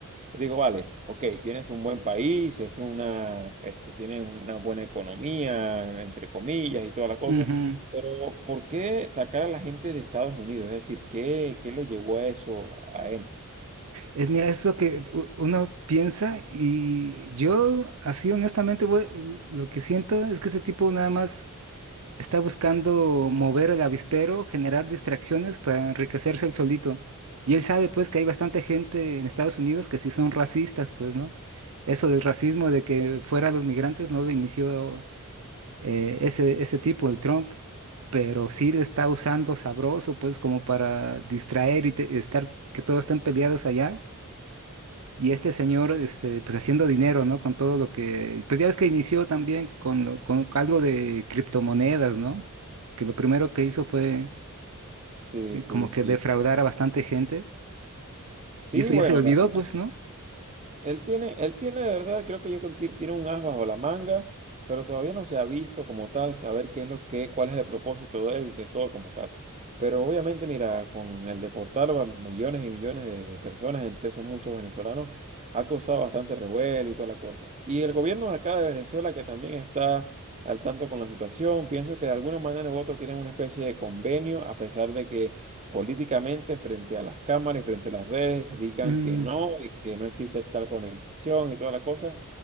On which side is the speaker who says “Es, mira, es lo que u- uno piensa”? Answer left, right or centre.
Right